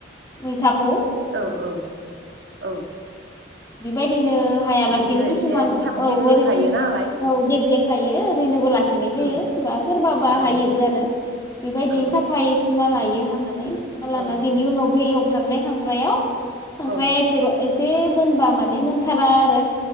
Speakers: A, on the left; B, on the right.
A: मैथाखौ।
B: औ औ औ औ।
A: बेबायदि हाया लासेनो
B: बियो
A: किसुम
B: एसे
A: औ
B: थाब गेब्लेखायो
A: ओरैनो
B: नालाय
A: औ गेब्ला खायो। बेयो ओरैनोबोला खिनाय जायो
B: औ
A: सोरबा बाहायोबो
B: औ
A: आरो बेबायदि
B: औ
A: साफाय सुना लायो हानानै
B: औ
A: लाना बिनि उनावबो एव फ्रामनाय खांख्रायाव खांख्राय
B: औ
A: एसेबा जे मोनबा माने बे मोनथारा आरो